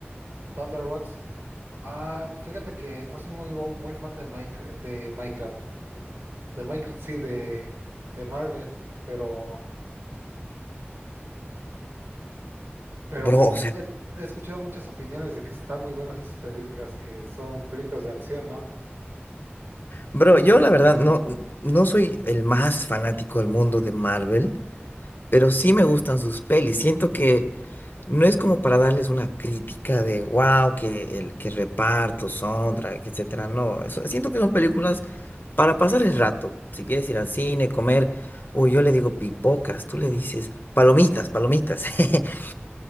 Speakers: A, on the right; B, on the left.
A: Thunder Ah, fíjate que no soy muy, bo- muy fan de Minecraft, de Minecraft. De Minecraft, sí, de, de Marvel. Pero, pero
B: Bro, o sea,
A: he, he escuchado muchas opiniones de que están muy buenas esas películas, que son películas de acción, ¿no? <laughs>
B: bro, yo la verdad no, no soy el más fanático del mundo de Marvel. pero sí me gustan sus pelis. Siento que no es como para darles una crítica de wow, que el que reparto, soundtrack, etcétera. No, eso, siento que son películas para pasar el rato. Si quieres ir al cine, comer, uy, yo le digo pipocas, tú le dices palomitas, palomitas. <laughs>